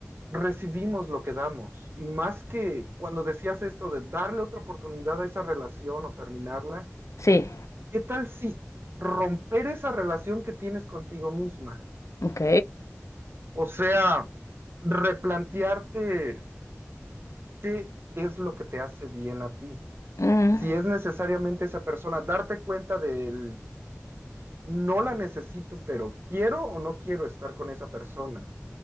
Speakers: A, on the right; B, on the left.
A: recibimos lo que damos. Y más que cuando decías esto de darle otra oportunidad a esa relación o terminarla
B: sí.
A: ¿Qué tal si romper esa relación que tienes contigo misma?
B: Ok.
A: O sea, replantearte qué es lo que te hace bien a ti.
B: Mm.
A: Si es necesariamente esa persona, darte cuenta del no la necesito, pero quiero o no quiero estar con esa persona.